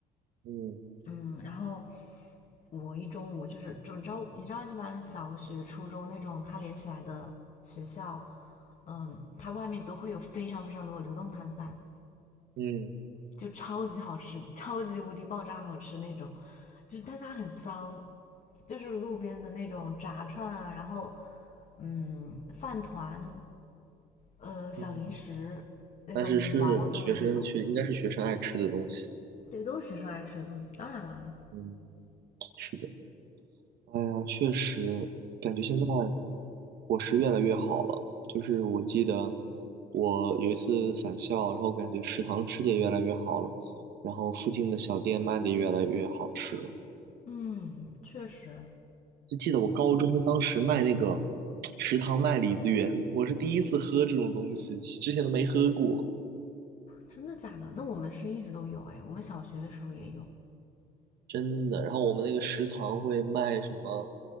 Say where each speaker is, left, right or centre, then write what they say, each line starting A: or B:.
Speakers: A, on the right (about 70°); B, on the left (about 45°).
A: 嗯
B: 嗯，然后我一中午就是，就你知道，你知道一般小学、初中那种它连起来的学校，嗯，它外面都会有非常非常多的流动摊贩，
A: 嗯
B: 就超级好吃，超级无敌爆炸好吃那种，就是但它很脏，就是路边的那种炸串啊，然后嗯，饭团，呃，小零食那种五毛的那种，
A: 嗯，但是是学生学应该是学生爱吃的东西。
B: 对，都是学生爱吃的东西，当然啦。
A: 嗯，是的。哎呀，确实感觉现在伙食越来越好了。就是我记得我有一次返校，然后感觉食堂吃的也越来越好了，然后附近的小店卖的也越来越好吃了。
B: 嗯，确实，
A: 就记得我高中当时卖那个食堂卖李子园，我是第一次喝这种东西，之前都没喝过，
B: 真的假的？那我们是一直都有哎，我们小学的时候也有。
A: 真的。然后我们那个食堂会卖什么？